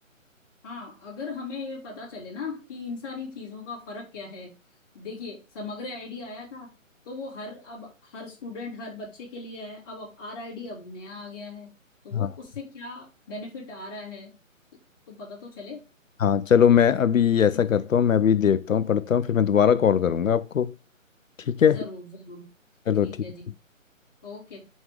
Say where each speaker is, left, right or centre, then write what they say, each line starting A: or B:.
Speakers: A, on the left; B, on the left.
A: हाँ अगर हमें ये पता चले ना कि इन सारी चीजों का फर्क क्या है देखिए समग्र आईडी आया था तो वो हर अब हर स्टूडेंट हर बच्चे के लिए है अब अब आर आई डी अब नया आ गया है तो
B: हाँ
A: वो उससे क्या बेनिफिट आ रहा है तो पता तो चले
B: हाँ चलो मैं अभी ऐसा करता हूँ मैं अभी देखता हूँ पढ़ता हूँ फिर मैं दोबारा कॉल करूँगा आपको ठीक है
A: जरूर जरूर
B: चलो
A: ठीक
B: ठीक
A: है जी ओके